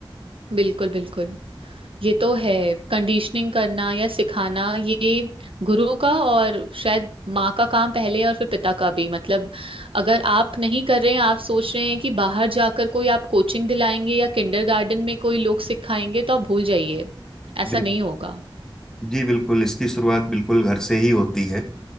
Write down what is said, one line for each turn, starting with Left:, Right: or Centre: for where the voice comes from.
Right: बिल्कुल बिल्कुल ये तो है कंडीशनिंग करना या सिखाना ये गुरु का और शायद माँ का काम पहले और फिर पिता का भी मतलब अगर आप नहीं कर रहे हैं आप सोच रहे हैं कि बाहर जाकर कोई आप कोचिंग दिलाएंगे या किंडरगार्टन में कोई लोग सिखाएंगे तो आप भूल जाइए ऐसा
Centre: बिल-
Right: नहीं होगा
Centre: जी बिल्कुल इसकी शुरुआत बिल्कुल घर से ही होती है